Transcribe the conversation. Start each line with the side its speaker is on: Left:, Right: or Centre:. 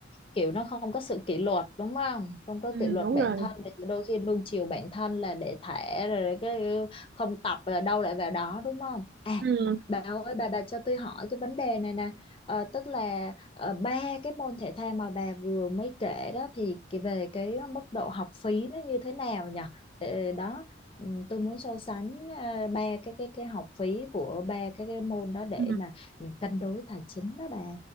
Left: kiểu nó không có sự kỷ luật đúng không không có
Right: ừ,
Left: kỷ luật
Right: đúng
Left: bản
Right: rồi
Left: thân thì đôi khi nuông chiều bản thân là để thả rồi cái không tập là đâu lại vào đó đúng không à
Right: ừ.
Left: bà ơi bà bà cho tôi hỏi cái vấn đề này nè Ờ, tức là ờ, ba cái môn thể thao mà bà vừa mới kể đó thì cái- về cái mức độ học phí nó như thế nào nhỉ Ờ, đó ừ, tôi muốn so sánh ờ, ba cái cái cái học phí của ba cái cái môn đó để
Right: Ừ.
Left: mà mình cân đối tài chính đó bà